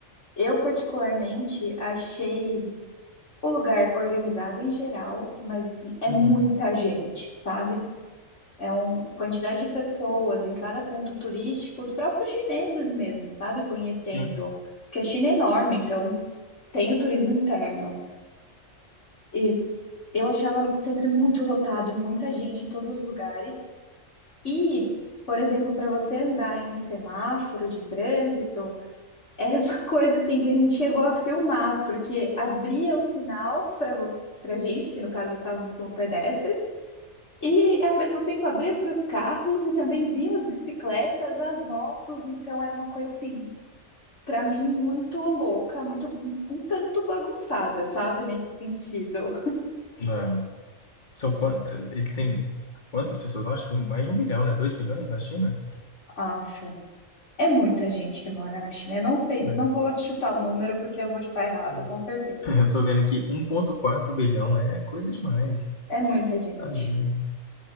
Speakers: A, on the left; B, on the left.
A: Eu, particularmente, achei o lugar organizado em geral, mas assim, é
B: uhum,
A: muita gente, sabe? É uma quantidade de pessoas em cada ponto turístico, os próprios chineses mesmo, sabe? Conhecendo,
B: sim.
A: porque a China é enorme, então tem o turismo interno. E eu achava sempre muito lotado, muita gente em todos os lugares. E, por exemplo, para você andar em um semáforo de trânsito, era uma <laughs> coisa assim que a gente chegou a filmar, porque abria o sinal para para gente, que no caso estávamos como pedestres, e ao mesmo tempo abria para os carros e também vinham as bicicletas, as motos. Então era uma coisa assim, para mim, muito louca, muito um um tanto bagunçada, sabe, nesse sentido.
B: Na- são quantas, eles têm quantas pessoas? lá? Acho que um- mais de um bilhão, né, dois bilhões na China?
A: Nossa. É muita gente que mora na China. Eu não sei,
B: Deixa
A: não vou chutar o número porque eu vou chutar errado,
B: eu ver.
A: com certeza.
B: <laughs> Eu tô vendo aqui, um ponto quatro bilhão, é coisa demais.
A: É muita gente.
B: Tá doido.